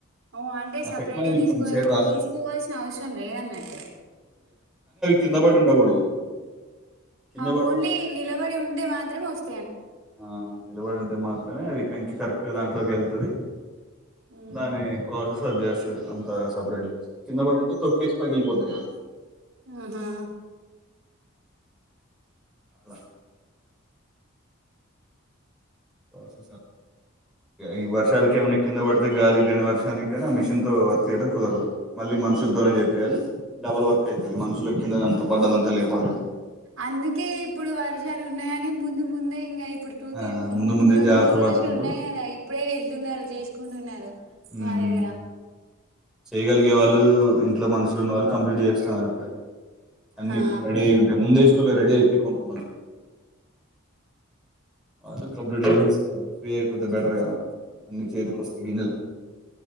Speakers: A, on the right (about 75°); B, in the centre.
A: ఓ అంటే
B: ఆ
A: సపరేట్
B: టెక్నాలజీ
A: గా
B: ఇంకా
A: తీసుకో
B: మీ సైడ్ రాలేదా
A: తీసుకోవాల్సిన అవసరం లేదన్నట్టు
B: కిందబడి
A: ఓకే
B: ఉండకూడదు కింద
A: ఆ
B: పడి
A: ఓన్లీ
B: ఉంటే
A: నిలబడి ఉండే మాత్రమే వస్త
B: ఆ నిలబడి ఉంటే మాత్రమే అది కంకి కరెక్ట్గా దాంట్లోకి వెళ్తుంది
A: ఉమ్,
B: దాని ప్రోసెసర్ చేస్త అంత సపరేట్ కింద పడింటే తొక్కేసి పగిలిపోతాయి కదా
A: ఆహా
B: హలో ప్రసెస్ ఈ వర్షాలక ఏమన్నా కింద పడితే గాలికి గాని వర్షానికి గాని ఆ మిషన్ తో వర్క్ చేయడం కుదరదు మళ్ళీ మనుషులతోనే చెయి డబల్ వర్క్ అవుతుంది మనుషులు ఎక్కింద అంత పడ్డదంతా లేదు ప్ప
A: అందుకే ఇప్పుడు వర్షాలు ఉన్నాయని ముందు ముందే ఇంకా ఇప్పుడు టూ
B: ఆ
A: తీ
B: ముందు
A: మూ
B: ముందే
A: రెండు
B: జాగ్రత్త
A: మూడు రోజులు
B: పడుతుండ్రు
A: ఉన్నాయి కదా ఇప్పుడే వెళ్తున్నారు చేసుకుంటున్నారు
B: ఉమ్
A: మా దగ్గర
B: చేగాలి గే వాళ్ళు ఇంట్లో మనుషులు ఉన్న వాళ్ళు కంప్లీట్ చేస్తున్నారు ఇప్పుడు అన్ని
A: ఆ
B: రెడీ అయి ఉంటాయి ముందే రెడి అయితే కొంత మంది అ
A: అవును
B: కంప్లీట్ చేసుకున్నారు ఫ్రీ అయిపో కాకపోతే బెటర్ కదా అన్ని చేతికి వస్తే గింజలు